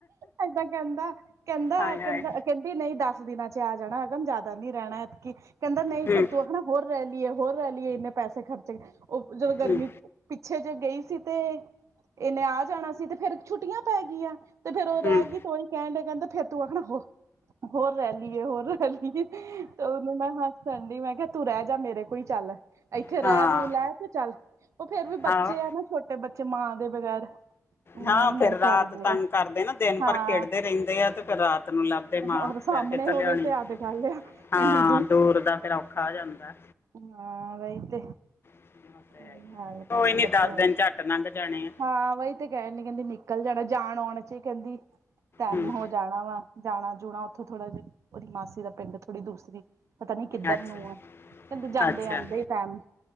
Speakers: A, on the right; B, on the left.
A: ਐਦਾਂ ਕਹਿੰਦਾ ਕਹਿੰਦਾ
B: ਹਾਏ ਹਾਏ
A: ਕਹਿੰਦਾ ਕਹਿੰਦੀ ਨਹੀਂ ਦਸ ਦਿਨਾਂ ਚ ਆ ਜਾਣਾ ਅਗਮ ਜਿਆਦਾ ਨੀ ਰਹਿਣਾ ਇਤਕ ਕਹਿੰਦਾ ਨਹੀਂ
B: ਹੂੰ
A: ਫੇਰ ਤੂੰ ਆਖਣਾ ਹੋਰ ਰਹਿ ਲਈਏ ਹੋਰ ਰਹਿ ਲਈਏ ਇੰਨੇ ਪੈਸੇ ਖਰਚੇ ਗਏ ਉਹ ਜਦੋਂ ਗਰਮੀ
B: ਹੂੰ
A: ਪਿੱਛੇ ਜੇ ਗਈ ਸੀ ਤੇ ਇਹਨੇ ਆ ਜਾਣਾ ਸੀ ਤੇ ਫੇਰ ਛੁੱਟੀਆਂ ਪੈ ਗਈਆਂ। ਤੇ ਫੇਰ ਉਹ ਰਹਿ
B: ਹੂੰ
A: ਗਈ ਤੂੰ ਹੀ ਕਹਿੰਦੇ ਫੇਰ ਤੂੰ ਆਖਣਾ ਉਹ ਹੋਰ ਰਹਿ ਲਈਏ ਹੋਰ ਰਹਿ ਲਈਏ ਤੇ ਉਹਨੂੰ ਮੈਂ ਹ ਸੰਡੇ ਮੈਂ ਕਿਹਾ ਤੂੰ ਰਹਿ ਜਾ ਮੇਰੇ ਕੋਲ ਚੱਲ। ਇੱਥੇ ਰਹਿ
B: ਹਾਂ
A: ਰੂ ਲੈ ਤੇ ਚੱਲ ਉਹ ਫੇਰ ਵੀ
B: ਹਾਂ
A: ਬੱਚੇ ਆ ਨਾ ਛੋਟੇ ਬੱਚੇ ਮਾਂ ਦੇ ਬਗੈਰ ਇਆਂ
B: ਹਾਂ
A: ਹੀ
B: ਫੇਰ
A: ਇਆਂ
B: ਰਾਤ
A: ਕਰਦੇ
B: ਤੰਗ
A: ਆ
B: ਕਰਦੇ ਨਾ ਦਿਨ
A: ਹਾਂ
B: ਪਰ ਖੇੜਦੇ ਰਹਿੰਦੇ ਆ ਤੇ ਫਿਰ ਰਾਤ ਨੂੰ ਲੱਭਦੇ ਮਾਂ
A: ਔਰ ਸਾਹਮਣੇ
B: ਫੇਰ ਕਿਥੇ
A: ਹੋਵੇ
B: ਲਿਆਉਣੀ।
A: ਤੇ ਅੱਡ ਗੱਲ ਆ
B: ਹਾਂ
A: ਇੰਨੀ
B: ਦੂਰ ਦਾ ਦਰਾਡੇ ਔਖਾ ਜਾਂਦਾ।
A: ਹਾਂ ਰਹੀ ਤੇ
B: ਉਹ ਤੇ
A: ਹ
B: ਹੈ ਹੀ। ਕੋਈ
A: ਬਸ
B: ਨਹੀਂ
A: ਵਧੀਆ
B: ਦਿਨ ਝੱਟ ਲੰਘ ਜਾਣੇ ਆ
A: ਹਾਂਹੀ ਤੇ ਕਹਿਣ ਨੀ ਕਹਿੰਦੀ ਨਿਕਲ ਜਾਣਾ ਜਾਣ ਆਉਣ ਚ ਕਹਿੰਦੀ ਟੈਮ
B: ਹੂੰ
A: ਹੋ ਜਾਣਾ ਵਾ ਜਾਣਾ ਜੁਣਾ ਉੱਥੋਂ ਥੋੜ੍ਹਾ ਜਿਹਾ ਉਹਦੀ ਮਾਸੀ ਦਾ ਪਿੰਡ ਥੋੜ੍ਹੀ ਦੂਰ ਸੀ। ਪਤਾ ਨੀ ਕਿੱਧਰ
B: ਅੱਛਾ
A: ਨੂੰ ਆ ਕਹਿੰਦੇ ਜਾਂਦੇ
B: ਅੱਛਾ
A: ਆਂਦੇ ਟਾਈਮ